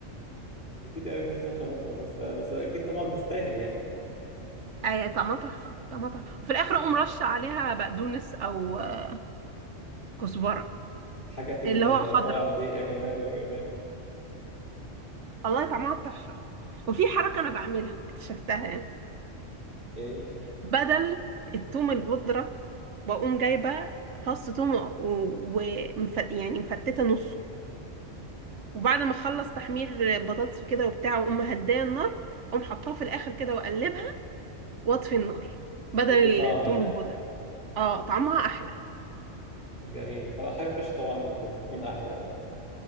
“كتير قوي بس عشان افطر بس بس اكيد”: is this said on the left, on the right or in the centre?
Left